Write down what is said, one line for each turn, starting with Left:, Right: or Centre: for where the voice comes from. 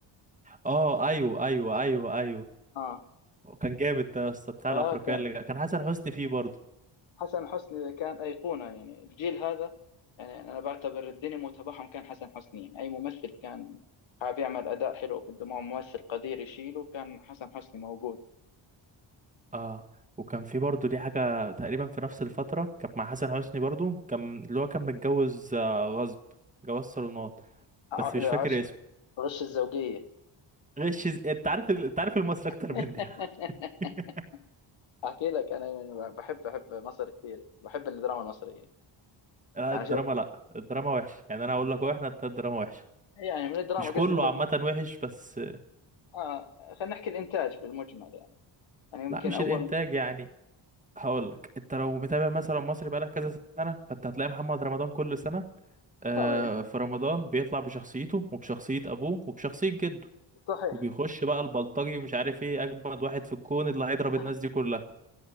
Right: اه ايوه ايوه ايوه ايوه
Left: اه
Right: كان جامد ده يا اسطى بتاع
Left: اه
Right: الافريقيه
Left: كان
Right: اللي جا- كان حسن حسني فيه برضه
Left: حسن حسني كان أيقونة يعني الجيل هذا يعني أنا بعتبر الدينامو تبعهم كان حسن حسني يعني أي ممثل كان حاب يعمل أداء حلو بده معه ممثل قدير يشيله كان حسن حسني موجود
Right: اه وكان في برضه دي حاجه تقريبا في نفس الفتره كانت مع حسن حسني برضه كان اللي هو كان متجوز آه، غصب جواز صالونات
Left: ع-
Right: بس
Left: العشق
Right: مش فاكر اسمه
Left: غش الزوجية
Right: غش ز- انت عارف ال- انت عارف المصري اكتر
Left: <laughs>
Right: مني <laughs>
Left: أحكي لك أنا يعني بحب بحب مصر كثير بحب الدراما المصرية
Right: لا
Left: يعني
Right: الدراما
Left: شوف
Right: لا الدراما وحشة يعني انا هقول لك هو احنا التلات دراما وحشة
Left: يعني من الدراما
Right: مش
Left: قصدي
Right: كله
Left: فيلم
Right: عامة وحش بس
Left: آه خلينا نحكي الإنتاج بالمجمل يعني يعني يمكن
Right: لا مش
Left: أول
Right: الانتاج يعني هقول لك انت لو متابع مثلا مصري بقالك كذا سنة فانت هتلاقي محمد رمضان كل سنة آه
Left: صحيح
Right: في رمضان بيطلع بشخصيته وبشخصية ابوه وبشخصية جده
Left: صحيح
Right: وبيخش بقى البلطجي ومش عارف ايه اجمد واحد في الكون اللي هيضرب
Left: <laughs>
Right: الناس دي كلها